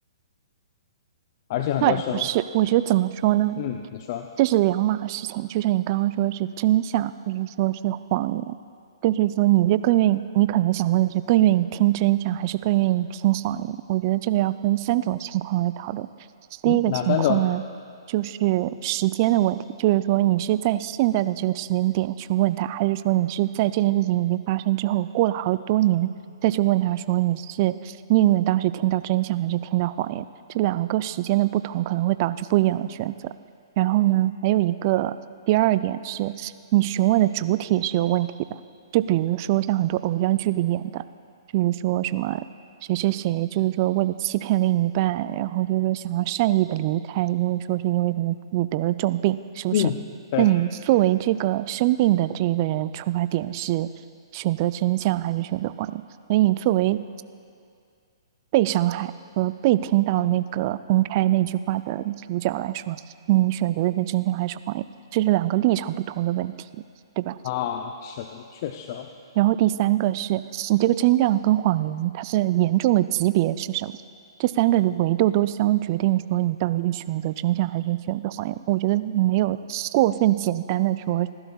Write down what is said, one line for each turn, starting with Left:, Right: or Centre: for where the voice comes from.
Left: 而且很多时候，
Right: 倒也不是，我觉得怎么说呢？
Left: 嗯，你说，
Right: 这是两码事情。就像你刚刚说是真相，或者说是谎言，就是说你是更愿意，你可能想问的是更愿意听真相，还是更愿意听谎言？我觉得这个要分三种情况来讨论。第一个情况呢，
Left: 嗯，哪三种？
Right: 就是时间的问题，就是说你是在现在的这个时间点去问他，还是说你是在这件事情已经发生之后，过了好多年再去问他说你是宁愿当时听到真相，还是听到谎言？这两个时间的不同可能会导致不一样的选择。然后呢，还有一个第二点是，你询问的主体是有问题的。就比如说像很多偶像剧里演的，就是说什么谁谁谁，就是说为了欺骗另一半，然后就是说想要善意的离开，因为说是因为可能自己得了重病，是不是？
Left: 嗯，对
Right: 那你作为这个生病的这一个人，出发点是选择真相还是选择谎言？所以你作为被伤害和被听到那个分开那句话的主角来说，你选择的是真相还是谎言？这是两个立场不同的问题，对吧？
Left: 啊，是的，确实哦。
Right: 然后第三个是你这个真相跟谎言它的严重的级别是什么？这三个维度都将决定说你到底是选择真相还是选择谎言。我觉得没有过分简单的说是